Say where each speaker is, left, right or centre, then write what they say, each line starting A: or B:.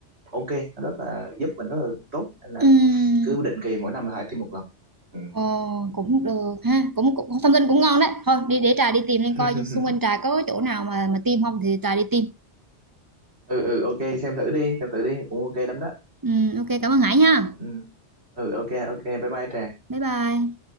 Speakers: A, on the right; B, on the right.
A: ok nó rất là giúp mình rất là tốt nên là
B: Ừm,
A: cứ định kỳ mỗi năm là Hải tiêm một lần ừ.
B: Ồ, cũng được ha cũng, cũng thông tin cũng ngon đấy thôi đi để trà đi tìm lên
A: <laughs>
B: coi xung quanh trà có chỗ nào mà mà tiêm không thì trà đi tiêm
A: ừ ừ ok xem thử đi xem thử đi cũng ok lắm đó
B: Ừ, ok cảm ơn Hải ha.
A: ừ. ừ ok ok bye bye Trà
B: Bye bye.